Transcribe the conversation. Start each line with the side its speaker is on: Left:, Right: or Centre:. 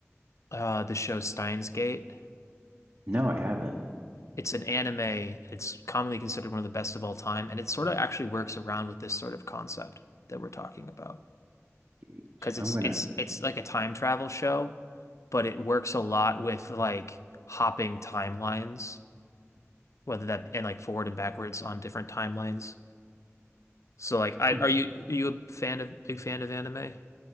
Left: uh the show Steins Gate?
Right: no, I haven't
Left: It's an anime. It's commonly considered one of the best of all time, and it sort of actually works around with this sort of concept that we're talking about.
Right: engaged.
Left: because
Right: I'm
Left: it's
Right: gonna,
Left: it's it's like a time travel show, but it works a lot with like hopping timelines, whether that and like forward and backwards on different timelines. So like I
Right: hmm.
Left: are you are you a fan of big fan of anime?